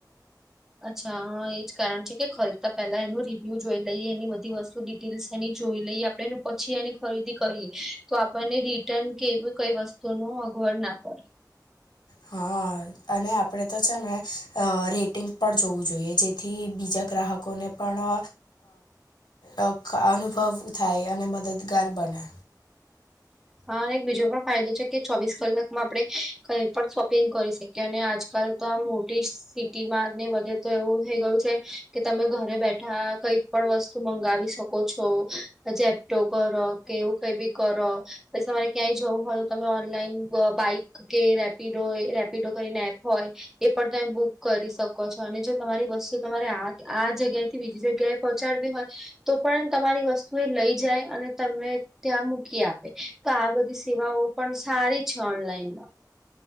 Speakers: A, in the centre; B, on the left (about 90°).
A: અચ્છા હં એજ કારણ છે કે ખરીતા પેલા એનું રિવ્યુ જોઈ લઈએ એની બધી વસ્તુ ડિટેલ્સ એની જોઈ લઈએ આપળેને પછી એની ખરીદી કરીએ. તો આપણને રિટર્ન કે એવી કઈ વસ્તુ નુ અગવડ ના પડે.
B: હા અને આપણે તો છે ને અ રીટિંગ પણ જોવું જોઈએ જેથી બીજા ગ્રાહક લોકોને પણ અ અ અનુભવ થાય અને મદદગાર બને.
A: હા અને એક બીજો પણ ફાયદો છે કે ચોવીસ કલાકમાં આપડે કઈ પણ શોપિંગ કરી શકી શકી. કે અને આજકાલ તો આ મોટી સિટી માં ને બાગ તો એવું થઈ ગયું છે કે તમે ઘરે બેઠા કઈ પણ વસ્તુ મંગાવી શકો છો. જેેપ્ટો કરો કે એવું કઈ બી કરો. પછી તમારે ક્યાંય જવું હોય તો તમે ઓનલાઈન અ બાઈક કે રેપિડો રેપિડો કરીને એપ હોય. એ પણ તમે બુક કરી શકો છો, અને જો તમારી વસ્તુ તમારે આ આ જગ્યાએથી બીજી જગ્યાએ પહોંચાડવી હોય તો પણ તમારી વસ્તુ એ લઈ જાય. અને તમને ત્યાં મૂકી આપે. તો આ બધી સેવાઓ પણ સારી છે ઓનલાઈનમાં.